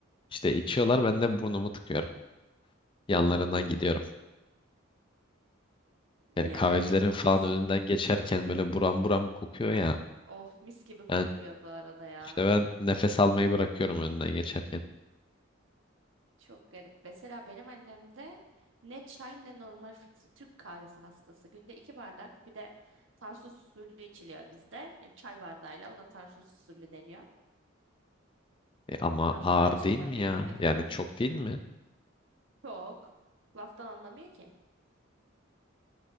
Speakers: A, on the left; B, on the right.
A: İşte içiyorlar ben de burnumu tıkıyorum. Yanlarından
B: <laughs>
A: gidiyorum.
B: Yani
A: Yani kahvecilerin falan
B: olasıyız.
A: önünden geçerken böyle buram buram kokuyor ya.
B: Oh mis gibi kokuyor
A: Ben
B: bu arada ya.
A: İşte ben nefes almayı bırakıyorum önden geçerken.
B: Çok garip. Mesela benim annem de ne çay ne normal filtre Türk kahvesi hastası. Günde iki bardak bir de Tarsus usulü içiliyor bizde. Yani çay bardağıyla ona Tarsus usulü deniyor.
A: E ama
B: Tarsus'tan
A: ağır
B: çıkma
A: değil mi
B: bir
A: ya?
B: hareket
A: Yani
B: olduğu
A: çok
B: için.
A: değil mi?
B: Çok. Laftan anlamıyor ki.